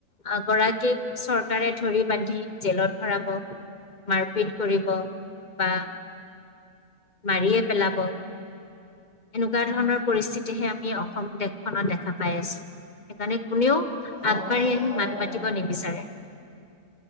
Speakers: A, on the left (about 35°); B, on the left (about 65°).
A: অ, গৰাকীক চৰকাৰে ধৰি বান্ধি জেলত ভৰাব, মাৰপিট কৰিব বা মাৰিয়ে পেলাব। এনেকুৱা
B: অ'।
A: ধৰণৰ পৰিস্থিতিহে আমি অসম দেশখনত দেখা পাই আছো। সেইকাৰণে কোনেও
B: সমস্যা
A: আগবাঢ়ি আহি
B: হয়
A: মাত
B: হয়।
A: মাতিব নিবিচাৰে।